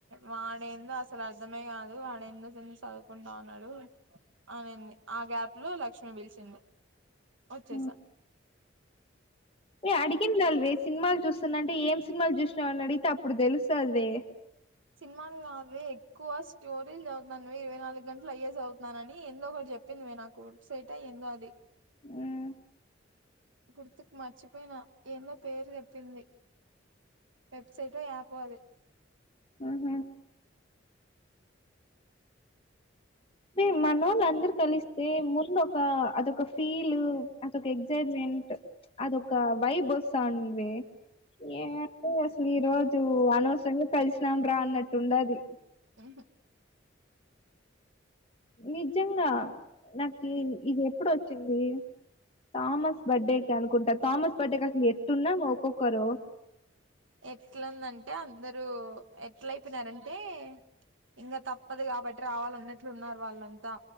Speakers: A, on the right; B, on the left.
A: వాడెందో అసలు అర్ధమే కాదు వాడెందో కూచొని చదువుకుంటా న్నాడు అనింది ఆ గ్యాప్ లో లక్ష్మి పిలిచింది వచ్చేసా
B: ఉమ్
A: ఆ
B: ఏ అడిగింది అల్వే సినిమాలు చూస్తుందంటే ఏం సినిమాలు చూసినావ అని అడిగితే అప్పుడు తెలుస్తుది మే
A: సినిమాలు కాదు ఎక్కువ స్టోరీలు చదువుతున్నా ఇరవై నాలుగు గంటలు అయ్యే చదువుతున్నాన అని ఎందొకటి చెప్పింది మీ నాకు వెబ్సైట్ ఎందో అది
B: మ్మ్
A: గుర్తుకు మర్చిపోయిన ఏందో పేరు చెప్పింది వెబ్సైట్ లో ఆయాప్ అది
B: ఊహూ మీరు మనోళ్ళ అందరు కలిస్తే ముందు ఒక అదొక ఫీల్ అదొక ఎగ్జైట్మెంట్ అదొ ఒక వైబ సాన్వి ఏ అంటే అసలు ఈ రోజు అనవసరమే కలిసినాం రా అన్నట్టు ఉండది
A: ఉ
B: నిజంగా నాకు ఇది ఎప్పుడు వచ్చింది థామస్ బర్త్డేకి అనుకుంటా థామస్ బర్త్డేకి అసలు ఎట్టున్నా ఒక్కొక్కరు
A: ఎట్లాందంటే అందరుూ ఎట్ల అయిపోయినారంటే ఇంకా తప్పదు కాబట్టి రావాల అన్నట్లు ఉన్నారు వాళ్ళంతా